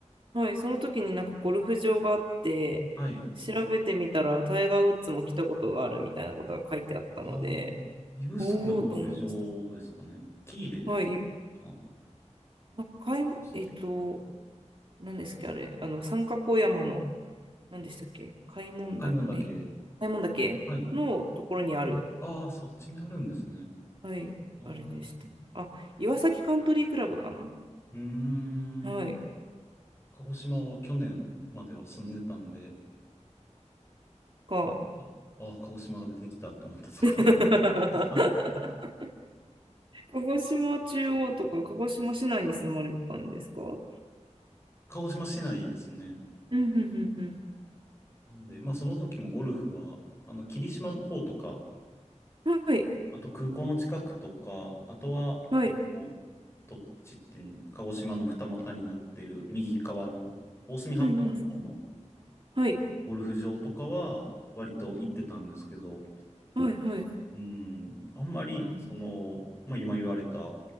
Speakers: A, on the right; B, on the left.
A: はい、その時になんかゴルフ場があって、
B: はい。
A: 調べてみたらタイガー・ウッズも来たことがあるみたいなことが書いてあったので、
B: ああ、指宿のゴルフ場ですかね。
A: おーと思いました。
B: 喜入
A: はい、
B: かな。
A: なんか買い、
B: 指宿か。
A: えっと、何ですっけ、あれ、あの、三角小山の、何でしたっけ、開聞岳、
B: 買い物だけ。
A: え、開聞岳のところにある、
B: はい。ああ、そっちにあるんですね。
A: はい、
B: ああ、
A: あれでした。
B: う
A: あ、岩崎カントリークラブかな
B: ーん。
A: はい、
B: 鹿児島は去年までは住んでたんで、
A: か。
B: なんか、ああ、鹿児島が出てきたと思ったところだ。
A: <laughs>
B: <laughs>
A: 鹿児島中央とか鹿児島市内に住まれてたんですか
B: 鹿児島市内ですね。
A: うんうんうん
B: なんで、まあその時もゴルフは、あの、霧島の方とか、
A: うん。はい。
B: あと空港の近くとか、あとは、
A: はい。
B: あの、どっちっていうの、鹿児島の二股になってる右側の大隅半島の方の
A: うんうんうん。はい。
B: ゴルフ場とかは割と行ってたんですけど、
A: はい。はい。
B: うん、あんまり、
A: そうね。
B: その、まあ今言われた